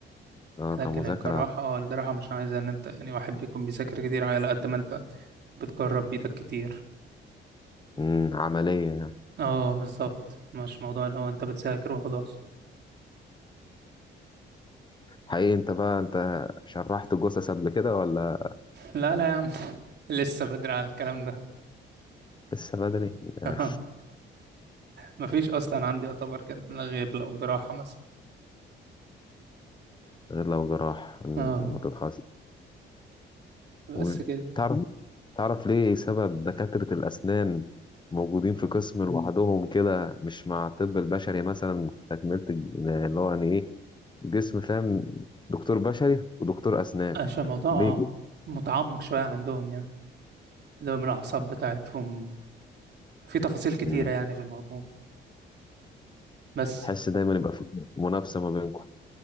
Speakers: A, on the left (about 25°); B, on the right (about 60°).
A: اه
B: لكن
A: كمذاكرة
B: الجراحه اه الجراحه مش عايزه ان انت يعني واحد بيكون بيذاكر كتير على قد ما انت بتجرب بايدك كتير
A: مم، عملية يعني
B: اه بالظبط مش موضوع اللي هو انت بتذاكر وخلاص
A: حقيقي انت بقى انت شرحت جثث قبل كده ولا
B: لا لا يا عم <laughs> لسه بدري على الكلام ده
A: لسه بدري <laughs>
B: <laughs>
A: آه،
B: اه مفيش اصلا عندي يعتبر كده غير لو جراحه مثلا
A: غير لو جراح مم،
B: اه
A: لما تتخصص
B: بس
A: وتعرف
B: كده
A: تعرف ليه سبب دكاترة الأسنان موجودين في قسم لوحدهم كده مش مع الطب البشري مثلا تكملة الج- اللي هو يعني إيه جسم فاهم دكتور بشري ودكتور أسنان
B: عشان الموضوع
A: ليه كده؟
B: متعمق شوية عندهم يعني اللي هو من الأعصاب بتاعتهم في تفاصيل كتيرة
A: مم.
B: يعني في الموضوع بس
A: حس دايما يبقى في منافسة ما بينكم